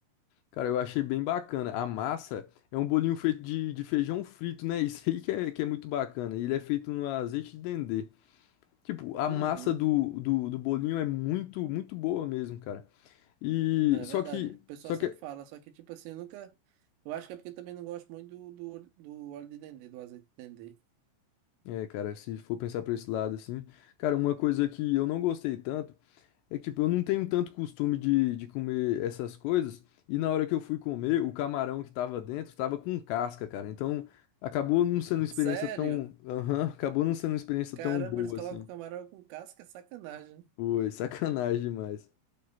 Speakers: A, on the left; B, on the right.
A: Cara, eu achei bem bacana. A massa é um bolinho feito de, de feijão frito, né? <laughs> Isso aí que é, que é muito bacana. Ele é feito no azeite de dendê. Tipo, a
B: Uhum,
A: massa do, do, do bolinho é muito, muito boa mesmo, cara. E
B: não, é
A: só
B: verdade.
A: que,
B: O pessoal
A: só
B: sempre
A: que,
B: fala, só que tipo assim, eu nunca. Eu acho que é porque eu também não gosto muito do, do, óleo- do óleo de dendê, do azeite de dendê.
A: é, cara, se for pensar por esse lado assim, cara, uma coisa que eu não gostei tanto é que, tipo, eu não tenho tanto costume de, de comer essas coisas. E na hora que eu fui comer, o camarão que tava dentro tava com casca, cara. Então, acabou não sendo uma experiência
B: Sério?
A: tão, aham, acabou não sendo uma experiência
B: Caramba,
A: tão boa
B: eles colocam
A: assim.
B: camarão com casca, é sacanagem.
A: Foi sacanagem demais.